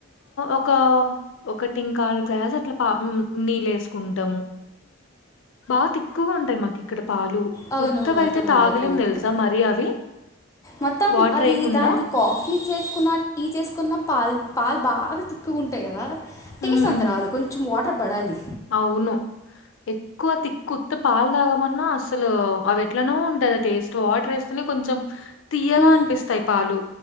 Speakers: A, on the left (about 70°); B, on the left (about 15°).
A: ఒక ఒక టీంకాలు గ్యాస్ అట్లా పా ఉమ్ నీల్ వేసుకుంటాము బా తిక్కుగుంటాయి మాకిక్కడ పాలు.
B: అవునవును
A: ఉత్తవయితే
B: అదమైంది
A: తాగలేం
B: అదమైంది
A: తెలుసా మరీ అవి
B: మొత్తం
A: వాటరేయకుండా.
B: అది దాన్ని కాఫీ చేసుకున్న టీ చేసుకున్న పాల్ పాల్ బాగా తిక్కుగాంటాయి కదా
A: హ్మ్.
B: టేస్ట్ అంత రాదు కొంచెం వాటర్ పడాలి
A: అవును. ఎక్కువ తిక్కుత్త పాలు తాగమన్నా అసలు అవి ఎట్లనో ఉంటది టేస్ట్ వాటర్ వేస్తేనే కొంచెం తీయగా
B: మ్మ్,
A: అనిపిస్తాయ్ పాలు